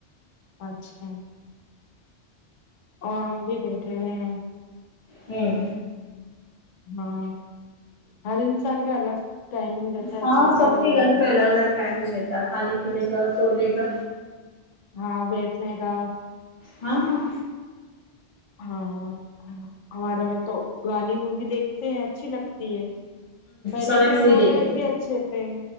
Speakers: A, on the left (about 80°); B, on the left (about 40°).
A: اچھا اور ہم بھی بیٹھے ہوئے ہیں
B: ہوں
A: ہاں ہر انسان کا الگ ٹائمنگ رہتا ہے ہر
B: ہاں
A: چیز کا
B: سب
A: الگ
B: کے
A: وہ
B: گھر
A: رہتا
B: پہ الگ
A: ہے
B: الگ ٹائمنگ رہتا ہے کھانے پینے کا سونے کا
A: ہاں بیٹھنے کا
B: ہاں ہاں
A: ہاں ہمارے وہاں تو پرانی مووی دیکھتے ہیں اچھی لگتی ہے پہلے
B: سب ابھی
A: کہ ہیرو
B: وہی دیکھ
A: ہیروئن
B: رہے
A: بھی اچھے تھے